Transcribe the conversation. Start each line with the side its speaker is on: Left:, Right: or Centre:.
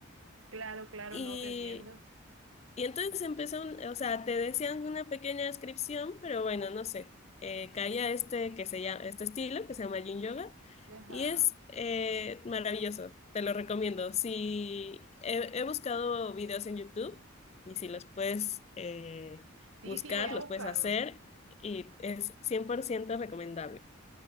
Right: claro, claro,
Left: y
Right: no te entiendo.
Left: y entonces empezó, un- o sea, te decían una pequeña descripción, pero bueno, no sé. Eh, caía este que se llama, este estilo que se llama Yin Yoga
Right: Ajá.
Left: y es eh, maravilloso, te lo recomiendo. Si he, he buscado videos en YouTube y si los puedes eh,
Right: Sí,
Left: buscar,
Right: sí, voy a
Left: los
Right: buscarlos.
Left: puedes hacer y es 100% recomendable.